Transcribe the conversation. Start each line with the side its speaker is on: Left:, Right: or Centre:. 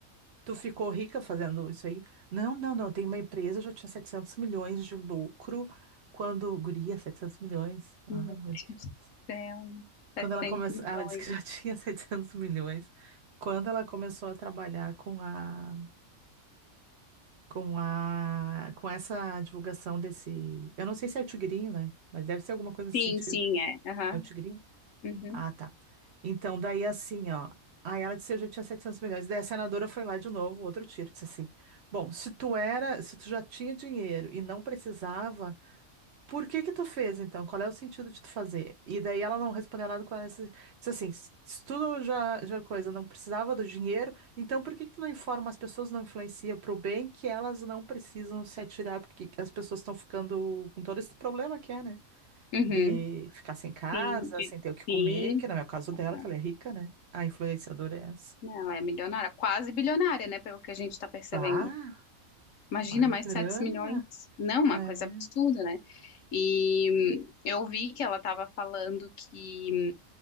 Right: tu ficou rica fazendo isso aí? Não, não, não, eu Tenho uma empresa, eu já tinha 700 milhões de lucro, quando, guria, 700 milhões, ai
Left: Meu Deus
Right: meu Deus.
Left: do céu, 700
Right: Quando ela começou,
Left: milhões.
Right: ela disse que já <laughs> tinha 700 milhões. Quando ela começou a trabalhar com a, com a, com essa divulgação desse, eu não sei se é o tigrinho, né? Mas deve ser alguma coisa nesse
Left: Sim,
Right: sentido.
Left: sim, é. Aham.
Right: É o tigrinho?
Left: Uhum.
Right: Ah, tá. Então, daí assim, ó. Aí ela disse, eu já tinha 700 milhões. Daí a senadora foi lá de novo, outro tiro, disse assim: "Bom, se tu era, se tu já tinha dinheiro e não precisava por que que tu fez então? Qual é o sentido de tu fazer? E daí ela não respondeu nada com essa. Disse assim: "S- estudo já, já coisa, não precisava do dinheiro, então por que que tu não informa as pessoas, não influencia pro bem que elas não precisam se atirar, porque as pessoas estão ficando com todo esse problema que é, né?
Left: Uhum.
Right: De ficar sem casa,
Left: Sim, de-
Right: sem ter o que comer,
Left: sim.
Right: que não é o caso
Left: Aham.
Right: dela, que ela é rica, né? A influenciadora é essa.
Left: Não, ela é milionária, quase bilionária, né? Pelo que a gente tá percebendo.
Right: Tá,
Left: Imagina
Right: uma grana.
Left: mais 7 milhões. Não, uma
Right: É.
Left: coisa absurda, né? E hum, eu vi que ela estava falando que